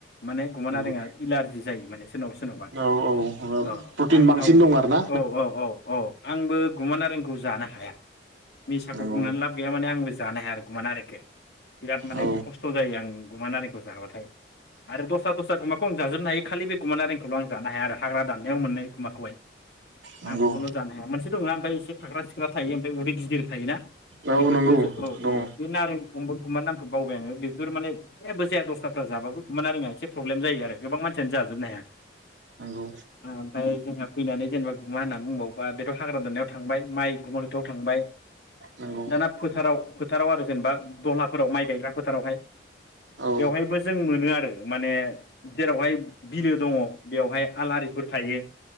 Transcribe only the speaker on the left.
माने गुमा
नारेङा इलारजि जायो माने सोरनावबा सोरनावबा
औ
आंनाव
औ औ औ औ आंबो गुमा नारेंखौ जा जानो हाया मिसाखौ
बुंनानै लाब गैया माने आंबो जानो हाया आरो गुमा नारेंखौ बिराद माने
खस्थ' जायो आं गुमा नारेंखौ जाबाथाय आरो दस्रा दस्रा गुमाखौ आं जाजोबनो हायो खालि बे गुमा नारेंखौल' आं जानो हाया आरो हाग्रा दाननायाव मोननाय गुमाखौहाय
आं बेखौल' जानो हाया मोनसे दङना ओमफ्राय एसे फाग्रा सिख्ला थायो ओमफ्राय उदै गिदिर थायोना
बेफोरखौसो
औ
औ बे नारें गुमा नामखौ बावबाय आङो बेफोर माने जेबो जाया दस्राफ्रा जाबो गुमा नारेंआ एसे प्रब्लेम जायो आरो गोबां मानसियानो जा जोबनो हाया
आमफ्राय जोंहा फैनानै जेनेबा मानो बुंबावबा बेथ' हाग्रा दाननायाव थांबाय माइ गुमा गोथाव थांबाय
दाना फोथाराव फोथाराव आरो जेनेबा दहलाफोराव माइ गायग्रा फोथारावहाय
बेवहायबो जों मोनो आरो माने जेरावहाय बिलो दङ बेवहाय आलारिफोर थायो